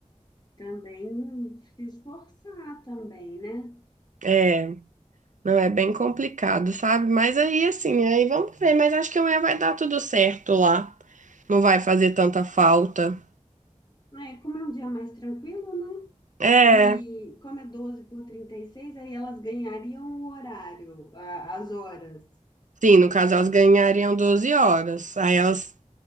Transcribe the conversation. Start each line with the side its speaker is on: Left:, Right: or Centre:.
Left: também se esforçar também, né?
Right: é, não é bem complicado, sabe? Mas aí, assim, aí vamos ver, mas acho que amanhã vai dar tudo certo lá. Não vai fazer tanta falta.
Left: É, como é um dia mais tranquilo, né?
Right: É.
Left: E como é 12 por 36 aí elas ganhariam o horário, a- as horas.
Right: Sim, no caso elas ganhariam 12 horas. Aí elas